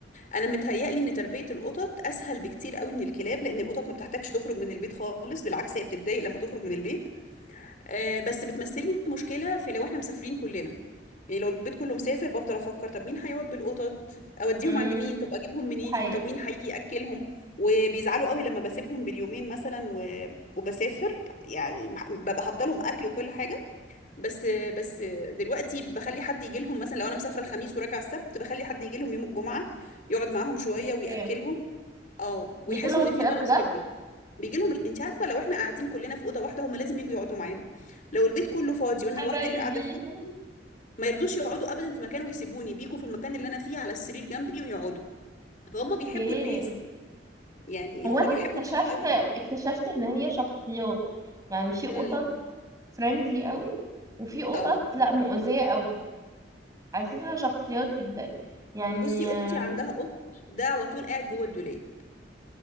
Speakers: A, on the left; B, on the right.
A: انا متهيألي ان تربيه القطط اسهل بكتير قوي من الكلاب لان القطط ما بتحتاجش تخرج من البيت خالص بالعكس هي بتتضايق لما تخرج من البيت آه، بس بتمثلي مشكلة في لو احنا مسافرين كلنا يعني لو البيت كله مسافر بفضل افكر طب مين هيقعد بالقطط اوديهم
B: امم
A: عند مين طب اجيبهم منين
B: حقيقة
A: طب مين هيجي ياكلهم وبيزعلوا قوي لما بسيبهم باليومين مثلا و... وبسافر يعني مح- ببقى حاطه لهم اكل وكل حاجه بس بس دلوقتي بخلي حد يجي لهم مثلا لو انا مسافره الخميس وراجعه السبت بخلي حد يجي لهم يوم الجمعه يقعد معاهم شويه وياكلهم
B: ايه
A: اه ويحسوا
B: بيجي لهم اكتئاب
A: ان في ونس
B: بجد
A: في البيت بيجي لهم انت عارفه لو احنا قاعدين كلنا في اوضه واحده هما لازم يجوا يقعدوا معانا لو البيت كله فاضي وانا
B: حبايبي
A: لوحدي اللي قاعده فيه ما يرضوش يقعدوا ابدا في مكان ويسيبوني بيجوا في المكان اللي انا فيه على السرير جنبي ويقعدوا فهم بيحبوا
B: اوكي
A: الناس يعني
B: هو
A: هم
B: انا
A: بيحبوا
B: اكتشفت
A: الناس قوي
B: اكتشفت ان هي شخصيات يعني في قطط
A: امم
B: فريندلي قوي وفي قطط
A: اه
B: لا مؤذية قوي حسيتها شخصيات جدا يعني
A: بصي اختي
B: آم،
A: عندها قط ده على طول قاعد جوه الدولاب